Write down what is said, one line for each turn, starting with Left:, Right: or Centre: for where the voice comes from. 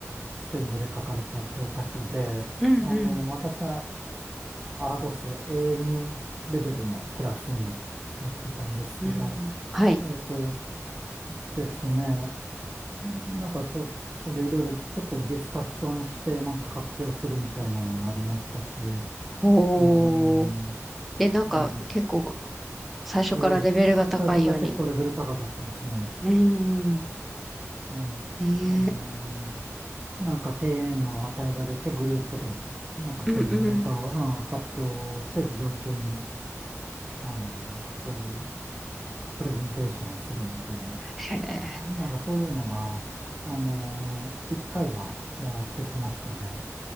Right: スペイン語で書かれた教科書で、
Centre: うん、
Right: あの、
Centre: うん、
Right: 私はアードス A2 レベルのクラスに入ってたんですけど、
Centre: うん。はい。
Right: えっとですね。うんなんかそこでいろいろ結構ディスカッションしてなんか発表するみたいなのもありましたし、う
Centre: おー。
Right: ーん、
Centre: え、なんか、
Right: え
Centre: 結構、最初からレベルが高いように。
Right: え、ええ、最初から結構レベル高かったですね。
Centre: うん。
Right: ええ、
Centre: えー、
Right: あのーなんかテーマを与えられてグループで、なんかそういうネタを、
Centre: うん、うん。
Right: うん発表して授業中に、あのーそういうプレゼンテーションをするみたいな、
Centre: へー
Right: なんかそういうのが、あのー一回は回ってきましたね。